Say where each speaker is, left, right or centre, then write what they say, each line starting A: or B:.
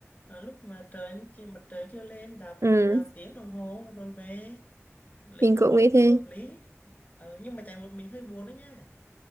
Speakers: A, on the left; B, on the right.
A: à, lúc mà trời chưa- mặt trời chưa lên đạp
B: ừ
A: khoảng à, tiếng đồng hồ rồi về lấy
B: mình
A: mồ
B: cũng
A: hôi
B: nghĩ
A: cũng
B: thế
A: hợp lý Ờ, nhưng mà chạy một mình hơi buồn đó nha